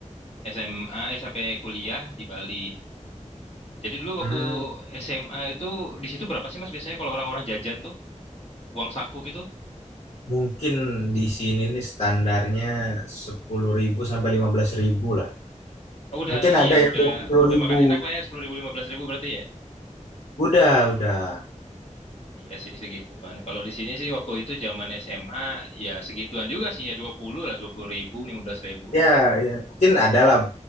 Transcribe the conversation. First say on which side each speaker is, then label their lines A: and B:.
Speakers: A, on the left; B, on the left.
A: SMA, eh sampai kuliah di Bali. Jadi dulu waktu
B: Hmm,
A: SMA itu di situ berapa sih Mas biasanya kalau orang-orang jajan tuh uang saku gitu?
B: mungkin di sini nih standarnya sepuluh ribu sampai lima belas ribu lah.
A: Oh, Udah
B: Mungkin
A: ini
B: ada
A: ya,
B: yang
A: udah
B: dua puluh
A: udah
B: ribu.
A: makan enak lah ya sepuluh ribu lima belas ribu berarti ya.
B: Udah, udah.
A: Iya sih segituan. Kalau di sini sih waktu itu zaman SMA ya segituan juga sih ya 20 lah 20 ribu 15 ribu.
B: Ya, ya. Mungkin ada lah.